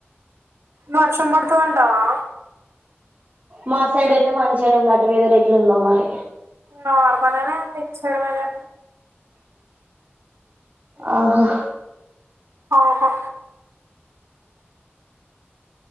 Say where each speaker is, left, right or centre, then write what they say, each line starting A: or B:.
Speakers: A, on the right; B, on the right.
A: వర్షం పడుతది అంటావా
B: మా సైడ్ అయితే మంచిగనే ఉంది అటుమీద రేట్లు ల్లో మరి
A: నార్మల్ ఏనె ఉంది చోడుబాజా
B: ఆహా
A: ఆహా